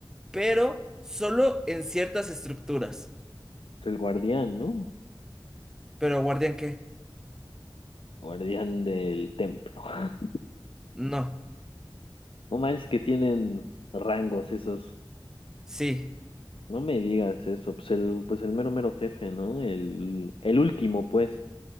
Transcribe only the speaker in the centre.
pero solo en ciertas estructuras?
¿Pero guardián qué?
No.
Sí.